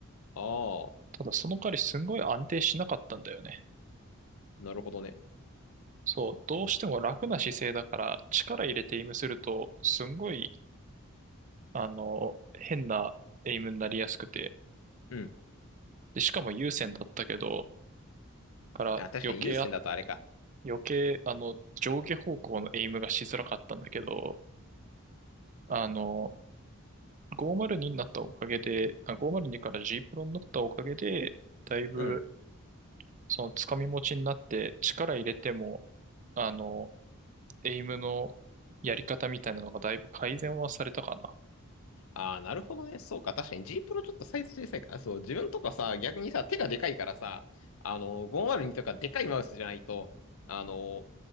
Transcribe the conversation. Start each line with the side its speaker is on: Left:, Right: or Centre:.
Left: う。ああ、
Right: ただその代わりすんごい安定しなかったんだよね。
Left: なるほどね。
Right: そう、どうしても楽な姿勢だから力入れてエイムするとすんごい、あの、変なエイムになりやすくて、
Left: うん。
Right: で、しかも優先だったけど、から余計あ、
Left: あ、確かに優先だとあれか。
Right: 余計、あの、上下方向のエイムがしづらかったんだけど、あの、ごー0 2にになったおかげで、あ502から G プロになったおかげで、だいぶ
Left: うん。
Right: そのつかみ持ちになって力入れても、あの、エイムのやり方みたいなのがだいぶ改善はされたかな。
Left: ああ、なるほどね。そうか。確かに G プロちょっとサイズ小さいから。そう、自分とかさ、逆にさ、手がでかいからさ、あの、5 0にとかでかいマウスじゃないと、あの、